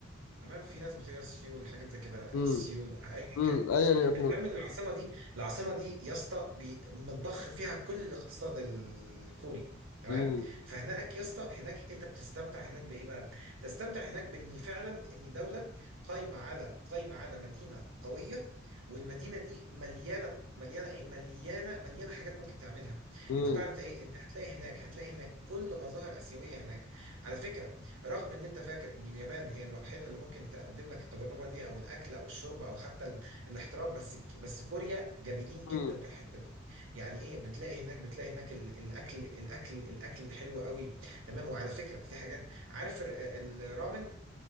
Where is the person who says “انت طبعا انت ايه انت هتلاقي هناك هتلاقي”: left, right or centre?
Right